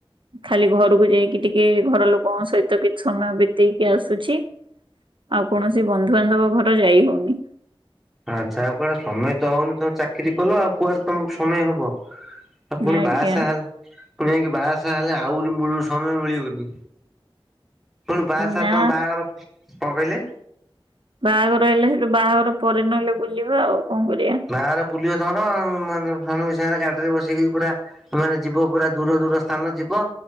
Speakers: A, on the right; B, in the centre.
A: ଖାଲି ଘରକୁ ଯାଇକି ଟିକେ ଘର ଲୋକଙ୍କ ସହିତ କିଛି ସମୟ ବିତେଇକି ଆସୁଛି ଆଉ କୌଣସି ବନ୍ଧୁବାନ୍ଧବ ଘର ଯାଇ ହଉନି।
B: ଆଚ୍ଛା ଆଉ କୁଆଡେ ସମୟ ତ ହଉନି ତମେ ଚାକିରି କଲ ଆଉ କୁଆଡେ ତମକୁ ସମୟ ହବ ଆ ପୁଣି
A: ଆଜ୍ଞା
B: ବା ସାହା ପୁଣି ଆ ବାହା ସା ହେଲେ ଆହୁରି ମୂଳରୁ ସମୟ ମିଳିବନି। ପୁଣି ବାହାସାହା
A: ନା
B: ତମ ବାହାଘର ପ କଣ କହିଲେ?
A: ବାହାଘର ହେଲେ ସେଠୁ ବାହାଘର ପରେ ନହେଲେ ବୁଲିବା ଆଉ। କଣ କରିବା।
B: ବାହାଘର ବୁଲିବ ତମର ମାନେ ସମୁଦି ସାଙ୍ଗେ ଗାଡିରେ ବସିକି ପୁରା ମାନେ ଯିବ ପୁରା ଦୂର ଦୂର ସ୍ଥାନ ଯିବ